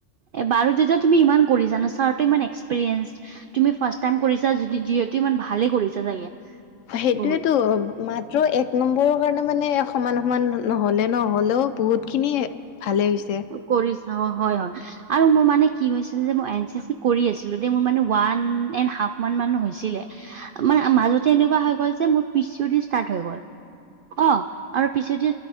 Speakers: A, on the right; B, on the left.
A: এ বাৰু তেতিয়া তুমি ইমান কৰিছানা ছাৰত ইমান এক্সপিৰিয়েঞ্চ। তুমি ফাৰ্ষ্ট টাইম কৰিছা য যিহেতু ইমান ভালে কৰিছা চাগে।
B: সেইটোয়েতো।
A: বহুত
B: মাত্ৰ এক নম্বৰৰ কাৰণে মানে সমান সমান নহ'লে নহ'লেও বহুত। বহুতখিনি ভালেই হৈছে।
A: কৰি চাওঁ হয় হয়। আৰু মোৰ মানে কি হৈছিলে যে মই এন চি চি কৰি আছিলো দ মোৰ মানে ওৱান এড হাফ মান মান হৈছিলে। ম মাজতে এনেকুৱা হৈ গ'ল যে মোৰ পিচি দি ষ্টাৰ্ট হৈ গ'ল। অ আৰু পিছেদি